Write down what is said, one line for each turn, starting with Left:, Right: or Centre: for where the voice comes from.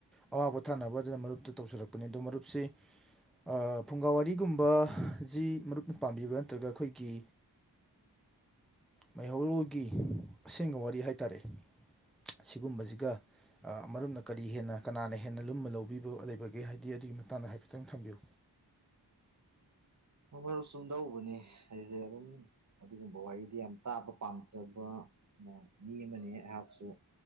Centre: ꯑꯋꯥꯕ ꯄꯣꯊꯥꯅꯕ ꯑꯗꯨꯅ ꯃꯔꯨꯞꯇ ꯇꯧꯁꯤꯔꯛꯄꯅꯤ ꯑꯗꯣ ꯃꯔꯨꯞꯁꯤ ꯑ ꯐꯨꯡꯒꯥ ꯋꯥꯔꯤꯒꯨꯝꯕꯖꯤ ꯃꯔꯨꯞꯅ ꯄꯥꯝꯕꯤꯕ꯭ꯔꯥ ꯅꯠꯇ꯭ꯔꯒ ꯑꯩꯈꯣꯏꯒꯤ ꯃꯩꯍꯧꯔꯣꯜꯒꯤ ꯑꯁꯦꯡꯕ ꯋꯥꯔꯤ ꯍꯥꯏꯇꯥꯔꯦ꯫ ꯑꯁꯤꯒꯨꯝꯕꯁꯤꯒ꯫ ꯑ ꯃꯔꯨꯞꯅ ꯀꯔꯤ ꯍꯦꯟꯅ ꯀꯅꯥꯅ ꯍꯦꯟꯅ ꯂꯨꯝꯃ ꯂꯧꯕꯤꯕ ꯂꯩꯕꯒꯦ ꯍꯥꯏꯗꯤ ꯑꯗꯨꯒꯤ ꯃꯇꯥꯡꯗ ꯍꯥꯏꯐꯦꯠꯇꯪ ꯊꯝꯕꯤꯌꯨ
Right: ꯃꯔꯨꯞ ꯆꯨꯝꯗꯧꯕꯅꯦ ꯑꯩꯁꯦ ꯑꯗꯨꯝ ꯑꯗꯨꯒꯨꯝꯕ ꯋꯥꯔꯤꯗꯤ ꯌꯥꯝ ꯇꯥꯕ ꯄꯥꯝꯖꯕ ꯃꯤ ꯑꯃ ꯑꯩꯍꯥꯛꯁꯨ